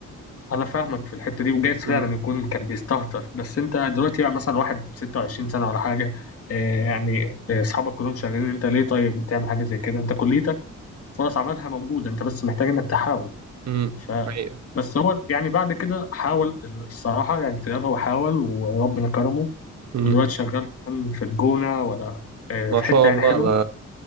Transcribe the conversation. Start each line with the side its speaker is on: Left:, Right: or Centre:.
Left: انا فاهمك في الحته دي وجايز
Right: مم.
Left: فعلا يكون كان بيستهتر بس انت دلوقتي يعني مثلا واحد 26 سنه ولا حاجه آه، يعني آه، اصحابك كلهم شغالين انت ليه طيب بتعمل حاجه زي كده انت كليتك فرص عملها موجودة انت بس محتاج انك تحاول
Right: امم
Left: ف
Right: حقيقة
Left: بس هو يعني بعد كده حاول الصراحة يعني تيار هو حاول وربنا كرمه
Right: امم
Left: ودلوقتي شغال كمان في الجونة ولا آه،
Right: ما
Left: في
Right: شاء
Left: حتة يعني
Right: الله
Left: حلوة
Right: ده